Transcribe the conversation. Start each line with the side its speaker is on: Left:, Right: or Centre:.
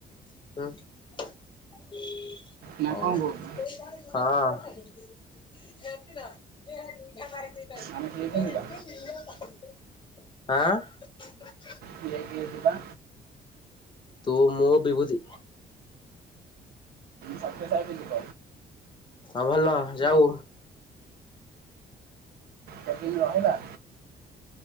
Left: ହୁଁ ହଉ
Right: ନା କଣ କହୁଛୁ?
Left: ହଁ <unintelligible>
Right: ଆମେ କିଏ କିଏ ଯିବା
Left: ଆଁ
Right: <unintelligible> ସେଟା।
Left: ତୁ, ମୁଁ, ବିଭୁତି
Right: ସତ୍ୟ ସାଇ ବି ଯିବ
Left: ହଁ ଭଲ ଯାଉ।
Right: ଯଦି ନହେଲା